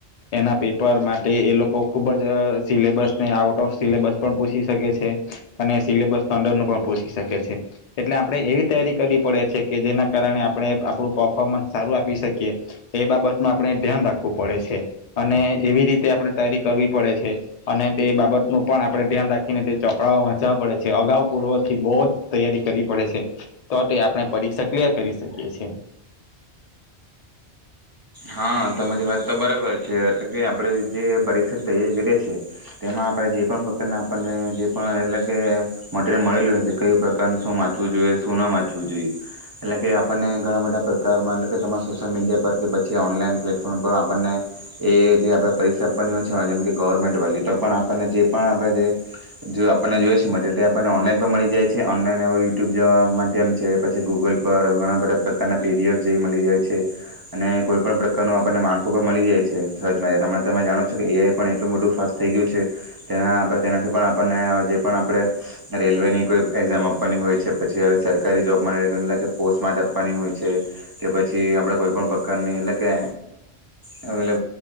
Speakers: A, on the left; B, on the right.
A: એના પેપર માટે એ લોકો ખુબ જ સિલેબસને આવટ તો ઓફ સિલેબસ પણ પૂછી શકે છે. અને સિલેબસના અંડરનું પણ પૂછી શકે છે. એટલે આપણે એવી તૈયારી કરવી પડે છે, કે જેના કારણે આપણે આપણું પફોમન્સ સારું આપી શકીએ એ બાબતનું આપણે ધ્યાન રાખવું પડે છે. અને એવી રીતે આપણે તૈયારી કરવી પડે છે. અને તે બાબત નું પણ આપણે ધ્યાન રાખીને તે ચોપડાઓ વાંચવા પડે છે. અગાઉ પૂર્વથી બહુ જ તૈયારી કરવી પડે છે. તો તે આપણે પરીક્ષા ક્લિયર કરી શકીએ છે.
B: હા તમારી વાત તો બરાબર છે, એટલે કે આપણે જે પરીક્ષણ તૈયારી કરીએ છે, તેમાં આપણે જે પણ પ્રકારના આપણને જે પણ એટલે કે મટીરયલ મળેલ હોય છે. કઈ પ્રકારનું શું વાંચવું જોઈએ, શું ના વાંચવું જોઈએ, એટલે કે આપણને ઘણા બધા પ્રકારમાં એટલે કે તમા સોશિયલ મીડિયા પર કે જે ઓનલાઈન પ્લેટફોર્મ પર આપણને, એ જે આપણે પરીક્ષા આપવાની હોય છે. જેમ કે ગવર્મેન્ટવાળલી તો પણ આપણને જે, પણ આપણે જે જો આપણને જોઈ છે, મટેરિલ આપણને ઓનલાઈન પણ મળી જાય છે. ઓનલાઈન એ યુટ્યુબ જેવા માધ્યમ છે, પછી ગૂગલ પર ઘણા બધા પ્રકારના પીડીએફ જેવી મળી જાય છે. અને કોઈ પણણ પ્રકારનું આપણને માળખું પણ મળી જાય છે, સર્ચમાં હમં તમે જાણો છો કે એ આઈ પણ એટલું બધું ફાસ્ટ થઈ ગયું છે, તેના આપણે તેનાથી પણ આપણને જે પણ આપણે રેલવેની કોઈ એક્ઝામ આપવાની હોય છે, પછી હવે સરકારી જોબ માટે એટ કે પોસ્ટ માટે આપવાની હોય છે, કે પછી આપણે કોઈપણ એટલે કે આવેલ